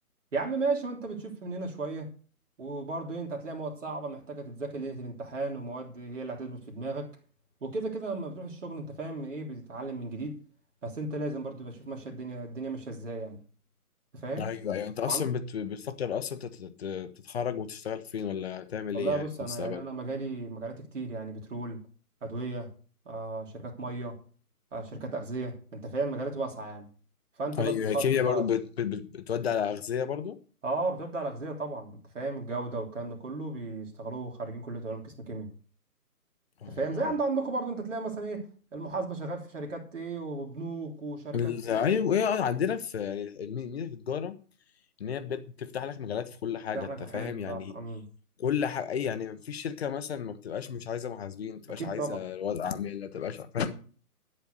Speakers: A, on the right (about 50°); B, on the left (about 40°).
A: يا عم ماشي ما انت بتشوف من هنا شويه وبرضه إيه، انت هتلاقي مواد صعبه محتاجه تتذاكر ليله الامتحان ومواد هي اللي هتثبت في دماغك وكده كده لما بتروح الشغل انت فاهم ايه بتتعلم من جديد بس انت لازم برضه تبقى تشوف ماشيه الدنيا الدنيا ماشيه ازاي يعني أنت فاهم
B: ايوه ايوه انت اصلا
A: وعن-
B: بت... بتفكر اصلا تت... تت- تتخرج وتشتغل فين ولا تعمل
A: والله
B: ايه يعني
A: بص
B: في
A: انا
B: المستقبل
A: يعني انا مجالي مجالات كتير يعني بترول ادويه آه شركات ميه آه شركات اغذيه انت فاهم مجالات واسعه يعني فانت
B: ايوه
A: بقى بتخصص
B: الكيمياء
A: بقى
B: برضو بت... بت... بت- بتودي على اغذيه برضو
A: اه بتبدا على الاغذيه طبعا انت فاهم الجوده والكلام ده كله بيشتغلوه خريجين كليه علوم قسم كيمياء
B: اه
A: انت فاهم زي عند عندكم برضو انت تلاقي مثلا ايه المحاسبه شغال في شركات ايه وبنوك وشركات
B: ال- ايوه إيه، آه، عندنا في المي- ميزه في التجاره ان هي بجد بتفتح لك مجالات في كل حاجه
A: تفتح
B: انت
A: لك محل
B: فاهم يعني
A: صح امم
B: كل حاجه اي يعني في شركه مثلا ما بتبقاش مش عايزه محاسبين ما بتبقاش
A: اكيد
B: عايزه
A: طبعا
B: رواد اعمال ما بتبقاش فاهم؟
A: امم